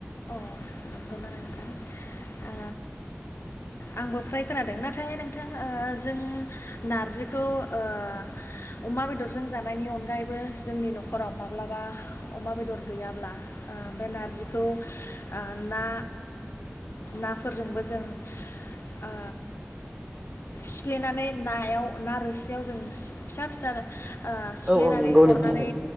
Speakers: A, on the left; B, on the right.
A: औ नंगौना नोंथां ओ आंबो फ्राय खोनादों नाथाय नोंथां ओ जों नारजिखौ ओ अमा बेदरजों जानायनि अनगायैबो जोंनि न'खराव माब्लाबा अमा बेदर गैयाब्ला ओ बे नारजिखौ ओ ना नाफोरजोंबो जों ओ सिफ्लेनानै नायाव ना रोसियाव जों फिसा फिसा ओ सिफ्लेनानै
B: औ औ नंगौ
A: हरनानै
B: नोंथां औ